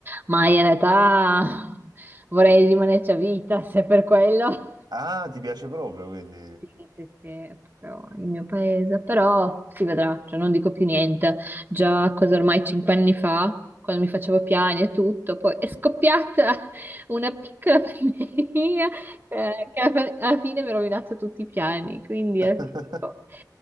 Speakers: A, on the right; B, on the right.
A: Ma in realtà <laughs> vorrei rimanerci a vita se per quello.
B: Ah, ti piace proprio, quindi...
A: Sì, sì, sì, è proprio il mio paese, però si vedrà, cioè non dico più niente. Già, cosa ormai cinque anni fa, quando mi facevo piani e tutto, poi è scoppiata <laughs> una piccola pandemia eh, che alla alla fine mi ha rovinato tutti i piani, quindi
B: <laughs>
A: alla fine dico,